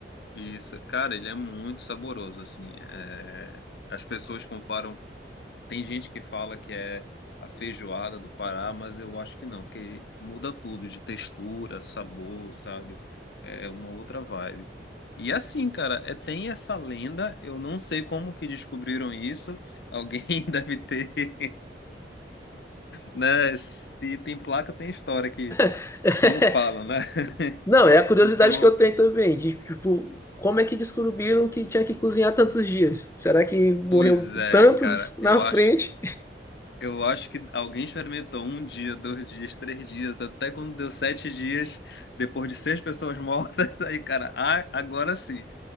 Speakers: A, on the left (about 70°); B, on the left (about 15°).
A: Isso, cara, ele é muito saboroso, assim. é, As pessoas comparam. Tem gente que fala que é a feijoada do Pará, mas eu acho que não, porque muda tudo de textura, sabor, sabe? É uma outra vibe. E assim, cara, é... tem essa lenda. Eu não sei como que descobriram isso. Alguém <laughs> deve ter, né? Se tem placa, tem história que,
B: <laughs>
A: como falam, né? <laughs>
B: Não, é a curiosidade
A: Então,
B: que eu tenho também, de tipo, como é que descobriram que tinha que cozinhar tantos dias? Será que morreu
A: pois é,
B: tantos
A: cara,
B: na
A: eu acho.
B: frente?
A: Eu acho que alguém experimentou um dia, dois dias, três dias, até quando deu sete dias, depois de seis pessoas mortas, <laughs> aí, cara, ah, agora sim.